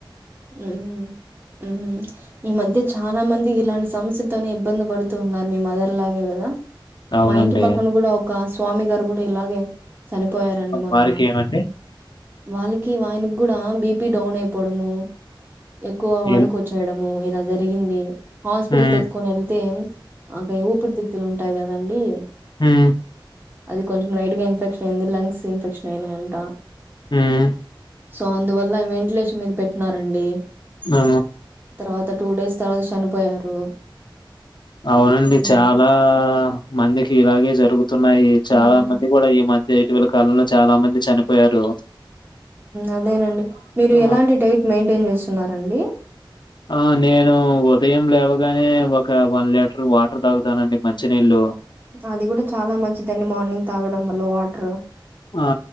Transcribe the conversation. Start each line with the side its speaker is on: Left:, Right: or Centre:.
Right: ఉహుమ్ ఉహుమ్ ఈ మధ్య చనా మంది ఇ ఇలాంటి సమస్యతోనే ఇబ్బంది పడుతూ ఉన్నారు మీ మదర్ లాగే కదా
Left: అవునండి.
Right: మా ఇంటి పక్కన కూడా ఒక స్వామి గారు కూడా ఇలాగే చనిపోయారండి మొన్న
Left: వారికేమండి?
Right: వాళ్ళకి ఆయనకి కూడా బిపి డౌన్ అయిపోవడము ఎక్కువ వణుకొ
Left: ఎన్
Right: వచ్చేయడము ఇలా జరిగింది హాస్పిటల్కి
Left: హ్మ్.
Right: ఎత్తుకొని వెళ్తే అక ఊపిరితిత్తులు ఉంటాయి కదండి
Left: మ్మ్
Right: అది కొంచెం రలైట్ గా ఇన్ఫెక్షన్ అయింది లంగ్స్ ఇన్ఫెక్షన్ అయినాయంట
Left: మ్మ్
Right: సో అందువల్ల వెంటిలేషన్ మీద పెట్టినారండి
Left: అ
Right: తర్వాత టూ డేస్ తర్వాత చనిపోయారు
Left: అవునండి
Right: హ్మ్.
Left: చాలా మందికి ఇలాగే జరుగుంది స్తున్నాయి చాలా
Right: హ్మ్.
Left: మంది కూడా ఈ మధ్య ఇటీవల కాలంలో చాలా మంది చనిపోయారు
Right: అదేనండి మీరు
Left: ఆ
Right: ఎలాంటి డైట్ మెయింటైన్ చేస్తున్నారండి
Left: ఆ నేను ఉదయం లేవగానే ఒక వన్ లీటర్ వాటర్ తాగుతానండి మంచి నీళ్ళలు
Right: అది కూడా చాలా మంచిదండి మార్నింగ్ తాగడం వల్ల వాటర్
Left: ఆ